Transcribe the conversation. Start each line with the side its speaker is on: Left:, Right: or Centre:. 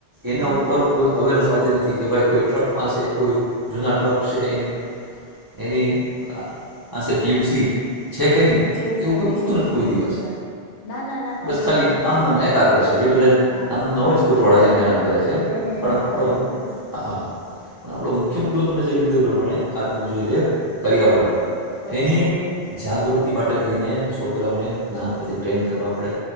Right: એના
Left: હમ
Right: ઉપર કોઈ અવેરનેસ આવતી નથી. કે ભાઈ કોઈ ટ્રક પાસે કોઈ જૂના ટ્રક સે એની એની આ આ સે પી યુ સી છે કે નઈ
Left: છે
Right: એવું
Left: કે
Right: કોઈ
Left: નહી
Right: પૂછતું
Left: એ
Right: નથી કોઈ દિવસ,
Left: જોતા ના ના ના ના
Right: બસ
Left: ને
Right: ખાલી
Left: હેરાન કરી
Right: આમ નામ
Left: દે
Right: આય્પા કરે છે જે બધાય
Left: હા
Right: આ નામના
Left: હા
Right: હોય ને કોટવાળા એને હેરાન કરે
Left: ખોટ
Right: છે
Left: એને હેરાન
Right: પણ આપણો
Left: કરે છે
Right: આ આપણો મુખ્ય મુદ્દો
Left: એ
Right: તમે જે આપણે આજનો વિષય છે પર્યાવરણ.
Left: પર્યાવરણનો
Right: એની જાગૃતિ માટે <unintelligible> ને છોકરાઓને નાનપનથી ટ્રેન કરવા પડે.